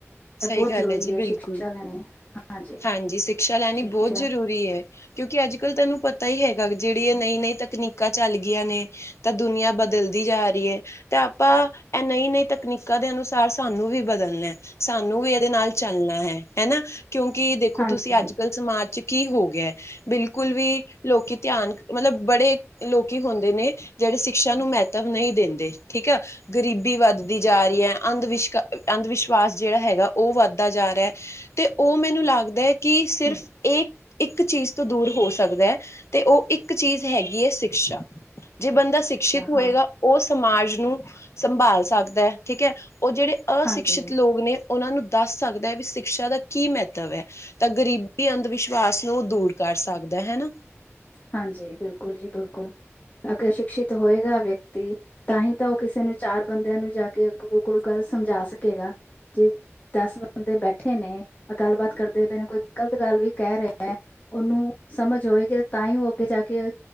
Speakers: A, on the left; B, on the left.
A: ਏ
B: ਸਹੀ
A: ਬੋਤ
B: ਗੱਲ
A: ਜ਼ਰੂਰੀ
B: ਹੈ ਜੀ
A: ਆ
B: ਬਿਲਕੁਲ
A: ਸ਼ਿਕਸ਼ਾ ਲੈਣੀ। ਹਾਂਜੀ।
B: ਹਾਂਜੀ ਸਿਕਸ਼ਾ ਲੈਣੀ
A: ਸਿਕਸ਼ਾ
B: ਬਹੁਤ ਜ਼ਰੂਰੀ ਹੈ। ਕਿਉਂਕਿ ਅੱਜ ਕੱਲ ਤੈਨੂੰ ਪਤਾ ਹੀ ਹੈਗਾ ਜਿਹੜੀ ਨਹੀਂ ਨਹੀਂ ਤਕਨੀਕਾਂ ਚੱਲ ਗਈਆਂ ਨੇ। ਤਾਂ ਦੁਨੀਆਂ ਬਦਲਦੀ ਜਾ ਰਹੀ ਹੈ। ਤੇ ਆਪਾਂ ਇਹ ਨਈ ਨਈ ਤਕਨੀਕਾਂ ਦੇ ਅਨੁਸਾਰ ਸਾਨੂੰ ਵੀ ਬਦਲਣਾ। ਸਾਨੂੰ ਵੀ ਇਹਦੇ ਨਾਲ ਚੱਲਣਾ ਹੈ ਹਨਾ ਕਿਉਂਕਿ ਦੇਖੋ
A: ਹਾਂਜੀ
B: ਤੁਸੀਂ ਅੱਜ ਕੱਲ ਸਮਾਜ ਚ ਕੀ ਹੋ ਗਿਆ। ਬਿਲਕੁਲ ਵੀ ਲੋਕੀ ਧਿਆਨ ਮਤਲਬ ਬੜੇ ਲੋਕੀ ਹੁੰਦੇ ਨੇ। ਜਿਹੜੇ ਸ਼ਿਕਸ਼ਾ ਨੂੰ ਮਹੱਤਵ ਨਹੀਂ ਦਿੰਦੇ ਠੀਕ ਆ। ਗ਼ਰੀਬੀ ਵੱਧਦੀ ਜਾ ਰਹੀ ਹੈ ਅੰਧ ਵਿਸ਼ ਅੰਧ ਵਿਸ਼ਵਾਸ ਜਿਹੜਾ ਹੈਗਾ ਉਹ ਵੱਧਦਾ ਜਾ ਰਿਹਾ ਹੈ। ਤੇ ਉਹ ਮੈਨੂੰ ਲੱਗਦਾ ਹੈ ਕਿ ਸਿਰਫ
A: ਹਾਂਜੀ
B: ਇਹ ਇੱਕ ਇੱਕ ਚੀਜ਼ ਤੋਂ ਦੂਰ ਹੋ ਸਕਦਾ ਹੈ ਤੇ ਉਹ ਇੱਕ ਚੀਜ਼ ਹੈਗੀ ਹੈ ਸਿਕਸ਼ਾ। ਜੇ ਬੰਦਾ ਸ਼ਿਕਸ਼ਿਤ
A: ਸਿਕਸ਼ਾ
B: ਹੋਏਗਾ।
A: ਹਾਂ
B: ਉਹ ਸਮਾਜ ਨੂੰ ਸੰਭਾਲ ਸਕਦਾ ਹੈ ਠੀਕ ਹੈ ਉਹ ਜਿਹੜੇ ਅਸ਼ਿਕਸ਼ਿਤ
A: ਹਾਂਜੀ
B: ਲੋਕ ਨੇ। ਉਹਨਾਂ ਨੂੰ ਦੱਸ ਸਕਦਾ ਹੈ ਵੀ ਸਿਕਸ਼ਾ ਦਾ। ਕੀ ਮਹੱਤਵ ਹੈ ਤਾਂ ਗ਼ਰੀਬੀ ਅੰਧ ਵਿਸ਼ਵਾਸ ਨੂੰ ਉਹ ਦੂਰ ਕਰ ਸਕਦਾ ਹਨਾ।
A: ਹਾਂਜੀ ਬਿਲਕੁਲ ਜੀ ਬਿਲਕੁਲ ਅੱਗੇ ਸ਼ਿਕਸ਼ਿਤ ਹੋਏਗਾ ਵਿਅਕਤੀ। ਤਾਂ ਹੀ ਤਾਂ ਉਹ ਕਿਸੇ ਨੂੰ ਚਾਰ ਬੰਦਿਆਂ ਨੂੰ ਜਾ ਕੇ ਕੋਈ ਗੱਲ ਸਮਝਾ ਸਕੇਗਾ ਜੇ ਦਸ ਬੰਦੇ ਬੈਠੇ ਨੇ ਗੱਲਬਾਤ ਕਰਦੇ ਪਏ ਨੇ ਕੋਈ ਗ਼ਲਤ ਗੱਲ ਵੀ ਕਹਿ ਰਿਹਾ ਹੈ। ਉਹਨੂੰ ਸਮਝ ਹੋਵੇਗੀ ਤਾਂ ਹੀ ਉਹ ਅੱਗੇ ਜਾ ਕੇ